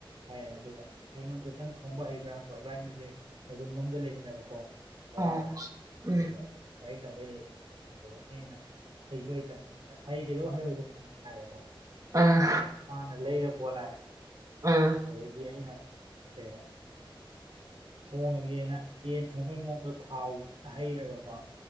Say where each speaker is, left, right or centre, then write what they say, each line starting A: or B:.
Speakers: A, on the right; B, on the right.
A: ꯍꯥꯏꯔꯦ ꯑꯗꯨꯒ ꯑꯩꯉꯣꯟꯗꯇꯪ ꯊꯣꯡꯕ ꯍꯩꯕ꯭ꯔꯥ ꯍꯪꯕ ꯏꯕꯥꯅꯤꯖ‌ꯦ ꯔꯨꯝ ꯑꯝꯗ ꯂꯩꯃꯤꯟꯅꯕꯀꯣ ꯕꯔꯥꯗ
B: ꯑꯣ ꯎꯝ
A: ꯑꯗꯨꯒ ꯂꯥꯏꯔꯤꯛ ꯇꯝꯕꯩ ꯂꯩꯕꯗ ꯑꯗꯨꯒ ꯑꯩꯅ ꯍꯩꯁꯨ ꯍꯩꯇꯅ ꯑꯁ ꯍꯩ ꯀꯩꯗꯧ ꯍꯩꯔꯣꯏꯗꯣꯏꯅꯣ ꯍꯥꯏꯅ ꯍꯥꯏꯔ‌ꯦꯀꯣ
B: ꯑꯥ
A: ꯑꯗꯨꯒ ꯃꯥꯅ ꯂꯩꯔ ꯄꯨꯔꯥ ꯂꯥꯛꯑꯦ
B: ꯑꯥ
A: ꯑꯗꯒꯤ ꯑꯩꯅ ꯀꯩꯕ ꯊꯣꯡꯉꯒꯦꯅ ꯌꯦꯟ ꯊꯣꯡꯕꯩ ꯃꯑꯣꯡꯗꯣ ꯊꯥꯎ ꯐꯖꯥꯅ ꯍꯩꯔꯒꯀꯣ